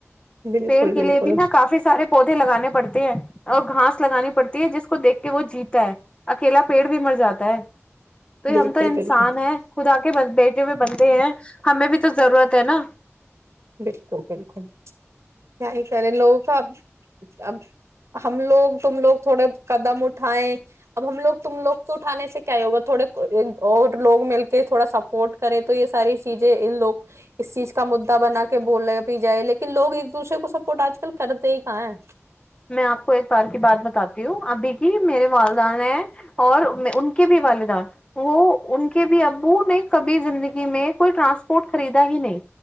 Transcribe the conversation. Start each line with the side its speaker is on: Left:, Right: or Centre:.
Right: بالکل
Left: پیڑ قلے
Right: بالکل
Left: بھی نہا کافی سارے پودے لگانے پڑتے ہیں اور گھاس لگانی پڑتی ہے جس کو دھ کے کہ وہ جیتا ہے اکیلا پیڑ بھی مر جاتا ہے تو
Right: بالکل
Left: ہم تو انسان
Right: بالکل
Left: ہے خدا کے بس بیٹھ بندے ہیں ہمیں بھی تو ضرورت ہے نا
Right: بالکل بالکل کیا کرے لوگوں کا ا اب ہم لوگ تم لوگ تھوڑے قدم اٹھائے اب ہم لوگ تم لوگ کو اٹھانے سے کیا ہی ہوگا تھوڑے اور لوگ مل کے تھوڑا سپورٹ کرے تو یہ ساری چیزیں ان لوگ اس چیز کا مدا بنا کہ بولے پ جائے لیکن لوگ ایک دوسرے کو سپورٹ آج کل کرتے ہی کہاں ہے
Left: میں آپ کو ایک بار کی بات بتاتی ہوں ابھی جی میرے والدہ ہیں اور ان کے بھی والدین وہ ان کے بھی ابو نے کبھی زندگی میں کوئی ٹرانسپورٹ خریدا ہی نہیں